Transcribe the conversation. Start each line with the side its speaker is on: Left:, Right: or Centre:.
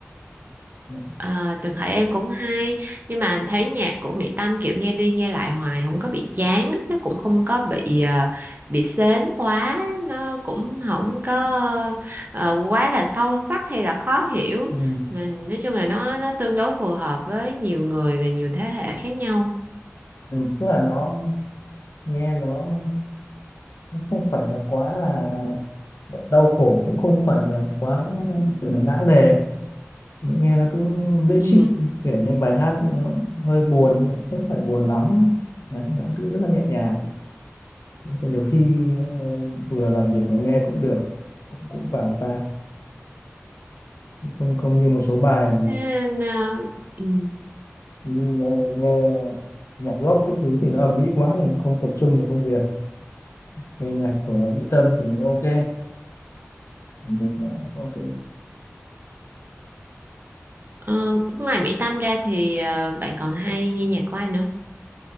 Left: ừ,
Right: À, Đường Hải em cũng hay nhưng mà thấy nhạc của Mỹ Tâm kiểu nghe đi nghe lại hoài không có bị chán nó cũng không có bị ờ, bị sến quá nó cũng không có ờ, quá là sâu sắc hay là khó hiểu
Left: ừ,
Right: mình nói chung là nó nó tương đối phù hợp với nhiều người và nhiều thế hệ khác nhau
Left: ừ. tức là nó nghe nó nó không phải là quá là đau khổ cũng không phải là quá gọi là não nề nghe nó cũng dễ
Right: ừ.
Left: chịu kể như bài hát nó hơi buồn nhưng mà nó không phải buồn lắm Đấy, nó cứ rất là nhẹ nhàng Thế nhiều khi ờ, vừa làm việc vừa nghe cũng được cũng, cũng vào tai không không như một số bài
Right: Thế, ờ, ừ.
Left: nhưng nghe, nghe nhạc rock cái thứ thì nó ầm ĩ quá thì không tập trung vào công việc nghe nhạc của Mỹ Tâm thì ok được nó ok
Right: Ờ, ngoài Mỹ Tâm ra thì ờ, bạn còn hay nghe nhạc của ai nữa